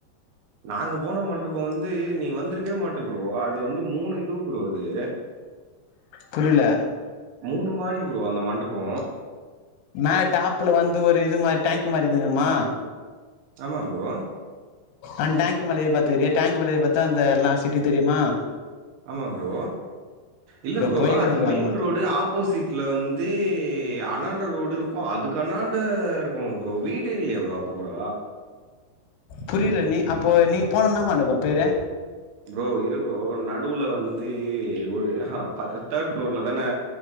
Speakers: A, on the right; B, on the left.
A: நாங்க போன மண்டப வந்து நீ வந்திருக்கவே மாட்ட ப்ரோ அது வந்து மூணு இது ப்ரோ அது
B: புரில்ல
A: மூனு மாடி ப்ரோ அந்த மண்டபோ
B: மே டாப்புல வந்து ஒரு இது மாரி டேங்க்கு மாரி இருந்துக்குமா
A: ஆமா ப்ரோ
B: ஆ டேங்க் மேல ஏறி பாத்துக்கிறியா டேங்க் மேல ஏறி பாத்தா அந்த எல்லா சிட்டி தெரியுமா
A: ஆமா ப்ரோ இல்ல ப்ரோ
B: போய்க்கிறே
A: அது மெயின்
B: அந்த மாரி
A: ரோடு ஆப் போசிட்ல வந்து அனாண்ட ரோடு இருக்கு அதுக் அனாண்ட ம் ப்ரோ வீடு இல்லையா ப்ரோ அப்ப கூட
B: புரில நீ அப்போ நீ போன என்ன மண்டபோ பேரு
A: ப்ரோ இரு ப்ரோ நடுவுல வந்து ஒரு அ தேர்ட் ஃப்ளோர்ல தானே